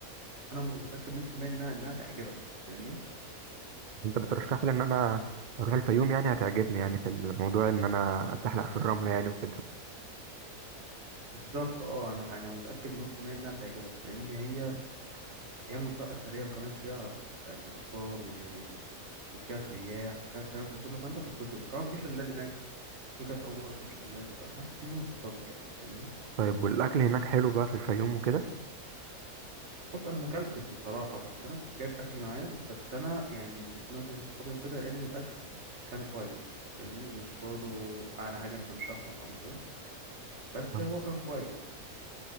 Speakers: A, on the right (about 50°); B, on the right (about 65°).
A: أنا متأكد مليون في المية إنها إنها تعجبك أنت فاهمني
B: انت بترشح لي ان انا اروح الفيوم يعني هتعجبني يعني في الموضوع ان انا اتزحلق في الرملة يعني وكده
A: بالظبط أه أنا أنا متأكد مليون في المية إنها تعجبك لأن هي هي منطقة أثرية وكمان فيها يعني آثار و... وفيها سياح وفيها الكلام ده كله فأنت هتتبسط كمان في شلال هناك دي كانت أول مرة أشوف شلال فحاسس إن أنا اتبسطت يعني فاهمني
B: طيب والاكل هناك حلو بقى في الفيوم وكده
A: بص أنا ما أكلتش بصراحة بس أنا كنت جايب أكل معايا بس أنا يعني اللي سمعته من صحابي وكده إن الأكل كان كويس أنت فاهمني مش برضه أعلى حاجة أنت مش رايح مطعم وكده بس
B: طب
A: هو كان كويس